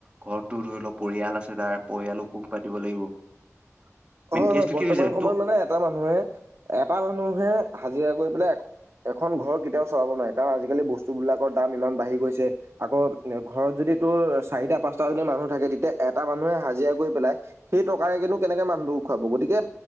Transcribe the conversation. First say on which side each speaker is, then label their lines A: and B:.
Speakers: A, on the right; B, on the right.
A: ঘৰটো ধৰি লওক পৰিয়াল আছে তাৰ, পৰিয়ালো পুখ পাতিব লাগিব। মেইন
B: হয়
A: কেছটো
B: হয় বৰ্তমান
A: কি হৈছে
B: সময়ত
A: তো
B: মানে এটা মানুহে, এটা মানুহে হাজিৰা কৰি পেলাই এখন ঘৰ কেতিয়াও চলাব নোৱাৰে কাৰণ আজিকালি বস্তুবিলাকৰ দাম ইমান বাঢ়ি গৈছে। আকৌ এ, ঘৰত যদি তোৰ চাৰিটা পাঁচটা যদি মানুহ থাকে তেতিয়া এটা মানুহে হাজিৰা কৰি পেলাই সেই টকাৰে কিন্তু কেনেকে মানুহটোক খুৱাব গতিকে